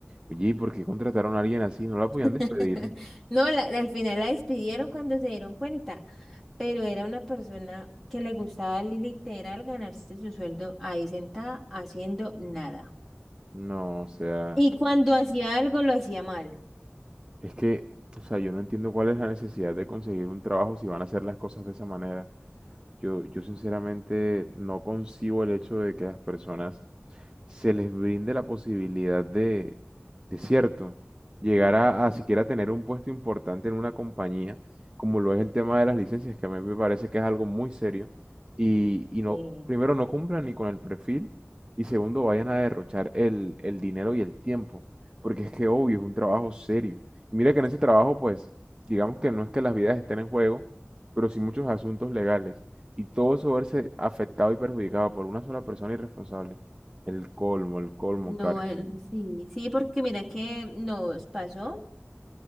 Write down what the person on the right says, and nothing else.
Oye, ¿y por qué contrataron a alguien así? ¿No la
podían despedir?
No, o sea,
es que, o sea, yo no entiendo cuál es la necesidad de conseguir un trabajo si van a hacer las cosas de esa manera. Yo, yo sinceramente no concibo el hecho de que las personas se les brinde la posibilidad de, de cierto, llegar a, a siquiera tener un puesto importante en una compañía, como lo es el tema de las licencias, que a mí me parece que es algo muy serio, y, y no,
primero no cumplan ni con el perfil, y segundo vayan a derrochar el, el dinero y el tiempo, porque es que obvio, es un trabajo serio. Y mira que en ese trabajo, pues, digamos que no es que las vidas estén en juego, pero sí muchos asuntos legales, y todo eso verse afectado y perjudicado por una sola persona irresponsable el colmo, el colmo,
Karen.